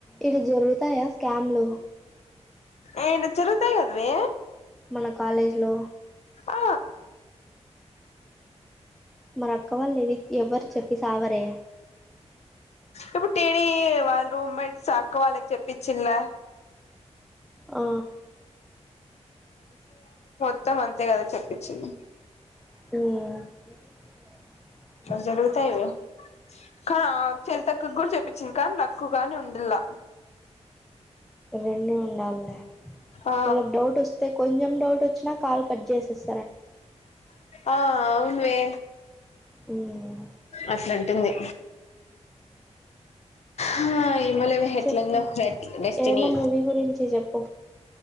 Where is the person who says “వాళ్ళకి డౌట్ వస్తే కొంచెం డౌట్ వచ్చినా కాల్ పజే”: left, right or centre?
Centre